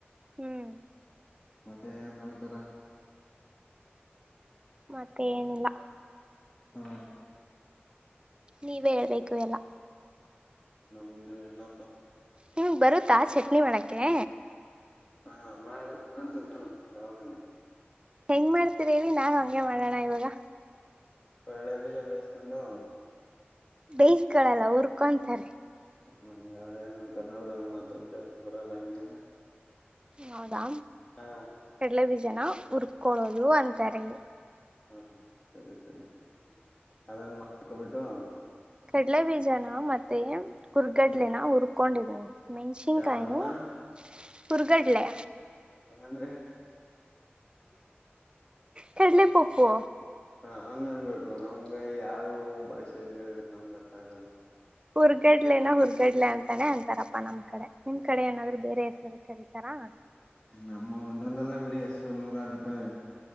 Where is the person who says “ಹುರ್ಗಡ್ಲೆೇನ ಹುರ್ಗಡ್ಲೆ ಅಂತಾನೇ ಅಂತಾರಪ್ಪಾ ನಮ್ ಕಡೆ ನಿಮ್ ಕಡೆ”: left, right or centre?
Right